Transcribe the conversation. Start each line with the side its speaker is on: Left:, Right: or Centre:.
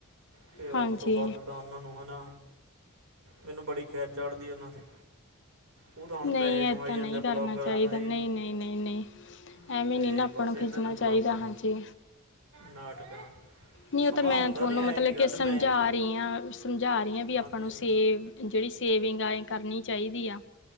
Right: ਅਤੇ ਉਸ
Left: ਹਾਂਜੀ
Right: ਤੋਂ ਬਾਅਦ ਤਾਂ ਉਹਨਾਂ ਨੂੰ ਹੈ ਨਾ ਮੈਨੂੰ ਬੜੀ ਖਿੱਚ ਚੜ੍ਹਦੀ ਉਹਨਾਂ 'ਤੇ ਉਹ ਤਾਂ ਹੁਣ
Left: ਨਹੀਂ
Right: ਪੈਸੇ ਕਮਾਈ
Left: ਏਦਾਂ
Right: ਜਾਂਦੇ
Left: ਨਹੀਂ ਕਰਨਾ
Right: ਬਲੋਗਰ
Left: ਚਾਹੀਦਾ
Right: ਹੈਨਾ ਜੀ
Left: ਨਹੀਂ ਨਹੀਂ ਨਹੀਂ ਨਹੀਂ
Right: ਅਤੇ
Left: ਐਵੇਂ ਨਹੀਂ ਨਾ ਆਪਾਂ
Right: ਬਸ
Left: ਨੂੰ
Right: ਇਹਨਾਂ
Left: ਖਿੱਚਣਾ
Right: ਨੇ ਬਲੋਗਰ
Left: ਚਾਹੀਦਾ ਹਾਂਜੀ
Right: ਨਾਟਕਾਂ
Left: ਨਹੀਂ ਉਹ
Right: ਸਮਾਂ
Left: ਤਾਂ ਮੈਂ
Right: ਹੁੰਦਾ
Left: ਤੁਹਾਨੂੰ
Right: ਨਹੀਂ ਐ
Left: ਮਤਲਬ
Right: ਨਹੀਂ
Left: ਕੇ
Right: ਗੱਲ
Left: ਸਮਝਾ
Right: ਮੈਂ ਕ-
Left: ਰਹੀ ਹਾਂ ਸਮਝਾ ਰਹੀ ਹਾਂ ਵੀ ਆਪਾਂ
Right: ਹਾਂਜੀ
Left: ਨੂੰ
Right: ਹਾਂਜੀ
Left: ਸੇਵ ਜਿਹੜੀ ਸੇਵਿੰਗ ਆ ਇਹ ਕਰਨੀ ਚਾਹੀਦੀ ਆ